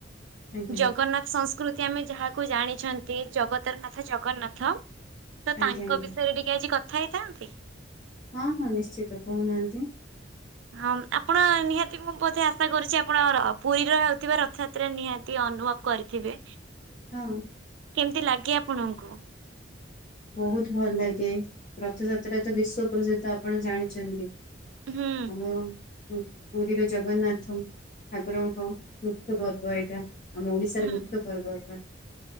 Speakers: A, on the left; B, on the right.
A: ଆଜ୍ଞା
B: ଜଗନ୍ନାଥ ସଂସ୍କୃତି ଆମେ ଯାହାକୁ ଜାଣିଛନ୍ତି। ଜଗ ନାଥର ନାଥ ଜଗନ୍ନାଥ ତ
A: ଆଜ୍ଞା
B: ତାଙ୍କ
A: ଆଜ୍ଞା
B: ବିଷୟରେ ଟିକେ ଆଜି କଥା ହେଇଥାନ୍ତି।
A: ହଁ, ହଁ ନିଶ୍ଚିତ କହୁନାହାନ୍ତି।
B: ହଁ ଆପଣ ନିହାତି ମୁଁ ବୋଧେ ଆଶା କରୁଛି ଆପଣର ପୁରୀର ହଉଥିବା ରଥଯାତ୍ର ତ୍ରା ନିହାତି ଅନୁଭବ କରିଥିବେ।
A: ହଁ।
B: କେମିତି ଲାଗେ ଆପଣଙ୍କୁ?
A: ବହୁତ ଭଲ ଲାଗେ ରଥଯାତ୍ରା ତ ବିଶ୍ଵ ପ୍ରସିଦ୍ଧ ଆପଣ ଜାଣିଛନ୍ତି।
B: ହୁଁ
A: <unintelligible> ପୁରୀର ଜଗନ୍ନାଥ ଠାକୁରଙ୍କ ମୁଖ୍ୟ ପର୍ବ ଏଇଟା। ଆମ ଓଡିଶାରେ
B: ହୁଁ
A: ମୁଖ୍ୟ ପର୍ବ ଏଇଟା।